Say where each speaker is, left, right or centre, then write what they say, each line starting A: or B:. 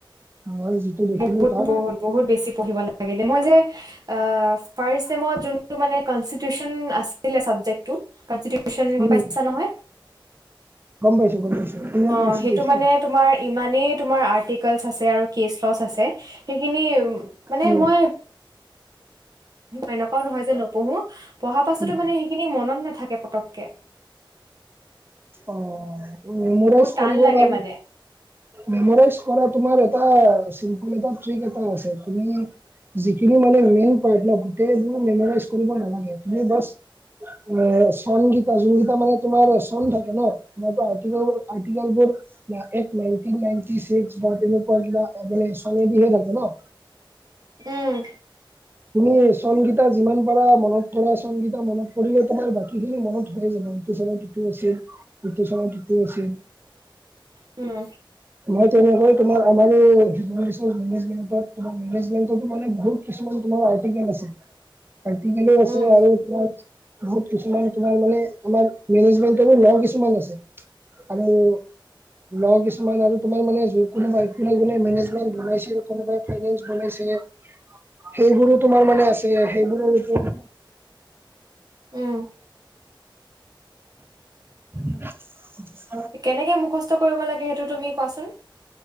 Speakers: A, on the right (about 25°); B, on the right (about 45°).
A: মই যিটো দেখিলো
B: বহুত
A: তাই
B: বহুত বহুত বেছি পঢ়িব লাগে দে মই যে আ ফাৰ্ষ্ট চেমত যোনটো মানে কনচিপ্ট টিচন আছিলে চাবজেক্টটোত কনচিটিশ্যন গম
A: উম
B: পাইছা নহয়
A: গম পাইছো গম পাইছো
B: অ' সেইটো মানে
A: <unintelligible>
B: তোমাৰ ইমানেই তোমাৰ আৰ্টিক আছে আৰু কেছৱাছ সেইখিনি মানে
A: উম
B: মই এনেকুৱাও নহয় যে নপঢ়ো পঢ়া পাছতো
A: উম
B: মানে সেইখিনি মনত নাথাকে পতককে
A: অ মেমৰাইজ
B: বহুত টান
A: কৰিব
B: লাগে
A: বাবে
B: মানে
A: মেমৰাইজ কৰা তোমাৰ এটা <unintelligible> আছে তুমি যিখিন মানে মেইন পাৰ্ট ন গোটেই মেমৰাইজ কৰিবা নালাগে তুমি বছ এ চন কিতা যোনকিতা মানে তোমাৰ চন থাকে ন <unintelligible> আৰ্টিকেল বোৰ এট নাইনটি নাইনটি চিক্সৰ তেনেকুৱা কিবা অবলেচনে দিয়ে ন
B: উম
A: তুমি চন কিতা যিমান পাৰা মনত তোমাৰ চনকেইটা মনত পৰিলে তোমাৰ বাকীখিনি মনত হয়ে যাব ইটো চনত যিটো আছিল ইটো চনত যিটো আছিল
B: উম
A: মই তেনেকৈ তোমাৰ আমাৰ এই <unintelligible> মেনেজমেন্ট মেনেজমেন্টটো মানে বহুত কিছুমান তোমাৰ আৰ্টিকেল আছে আৰ্ৰটিকেলি আছে
B: উম,
A: আৰু তোমাৰ বহুত কিছুমান তোমাৰ মানে আমাৰ মেনেজমেন্টৰো ল কিছুমান আছে আৰু ল কিছুমান আৰু তোমাৰ মানে যোন কোনোবাই কোনে কোনে মেনেজমেণ্ট বনাইছিল কোনোবাই ফাইনেন্স বনাইছে সেইবোৰো তোমাৰ মানে আছে সেইবোৰৰ ওপৰত
B: উম
A: <unintelligible>
B: কেনেকে মুখস্থ কৰিব লাগে সেইটো তুমি কোৱাচোন